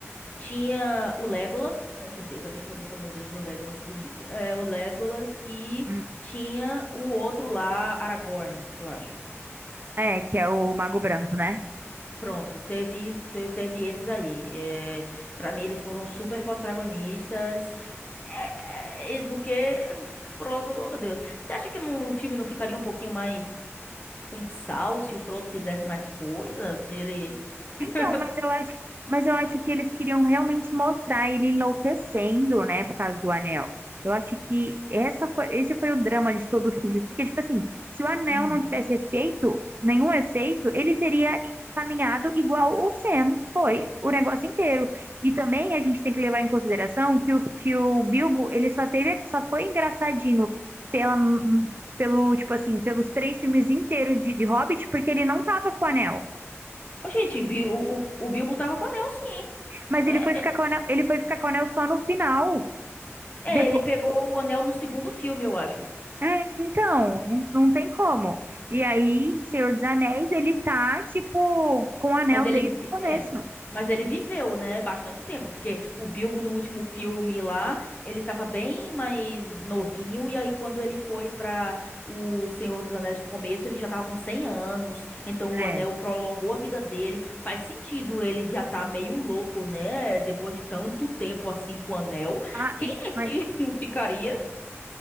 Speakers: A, on the left; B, on the right.
A: tinha o Legolas, com certeza absoluta, meu Deus, meu Legolas bonito. É, o Legolas e
B: Hum,
A: tinha o outro lá, Aragorn, eu acho.
B: É, que é o Mago Branco, né?
A: Pronto, teve, te- teve esses aí. É, para mim, eles foram super protagonistas. É, é, e do que Frodo, oh meu Deus. Você acha que não- o filme não ficaria um pouquinho mais com sal se o Frodo fizesse mais coisas? Se ele. <laughs>
B: Então, mas eu acho, mas eu acho que eles queriam realmente mostrar ele enlouquecendo, né, por causa do anel. Eu acho que essa foi, esse foi o drama de todo o filme, porque tipo assim, se o anel
A: Hum.
B: não tivesse efeito, nenhum efeito, ele teria caminhado igual o Sam foi o negócio inteiro. E também a gente tem que levar em consideração que o, que o Bilbo, ele só teve, só foi engraçadinho pela pelo, tipo assim, pelos três filmes inteiros de, de Hobbit, porque ele não tava com o anel.
A: Ô, gente, Bi- o, o, o Bilbo tava com anel, sim, hein?
B: Mas
A: É,
B: ele foi ficar com o anel, ele foi ficar com o anel só no final.
A: É,
B: Depois,
A: ele pegou o anel no segundo filme, eu acho.
B: é, então, não, não tem como. E aí, em Senhor dos Anéis, ele tá, tipo, com o anel
A: Mas ele,
B: desde
A: vi-
B: o começo.
A: é, mas ele viveu, né, bastante tempo, porque o Bilbo no último filme lá, ele tava bem mais novinho e aí quando ele foi pra o Senhor dos Anéis no começo, ele já tava com 100 anos. Então
B: É.
A: o anel prolongou a vida dele. Faz sentido ele já tá meio louco, né, depois de tanto tempo assim com o anel.
B: Ah,
A: Quem
B: e-
A: é que
B: mas,
A: <laughs> não ficaria?